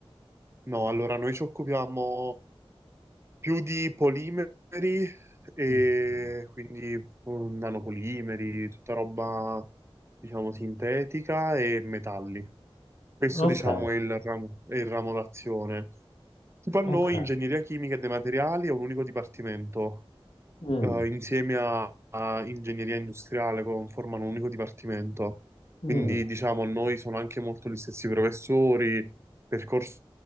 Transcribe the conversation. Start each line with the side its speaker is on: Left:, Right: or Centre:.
Right: No, allora noi ci occupiamo. più di polimeri e
Left: Mm.
Right: quindi um, nanopolimeri, tutta roba, diciamo, sintetica e metalli. Questo,
Left: Ok,
Right: diciamo, è il ramo, è il ramo d'azione. Tipo
Left: ok.
Right: a noi, ingegneria chimica e dei materiali è un unico dipartimento
Left: Mm.
Right: eh, insieme a, a ingegneria industriale con- formano un unico dipartimento. Quindi
Left: Mh.
Right: diciamo, a noi sono anche molto gli stessi professori, percorso